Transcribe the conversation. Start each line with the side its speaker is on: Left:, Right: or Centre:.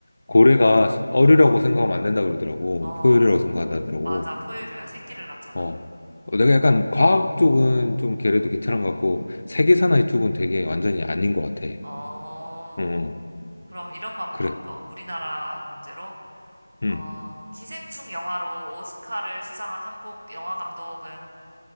Left: 고래가 어류라고 생각하면 안 된다 그러더라고.
Right: 어,
Left: 포유류라고 생각하더라고.
Right: 맞아. 포유류야. 새끼를 낳잖아.
Left: 어. 어, 내가 약간 과학 쪽은 좀 걔네도 괜찮은 것 같고, 세계 사나이 쪽은 되게 완전히 아닌 것 같아. 응,
Right: 어,
Left: 응.
Right: 그럼 이런 거 한번
Left: 그래.
Right: 가볼까? 우리나라 문제로.
Left: 음.
Right: 어, 기생충 영화로 오스카를 수상한 한국 영화 감독은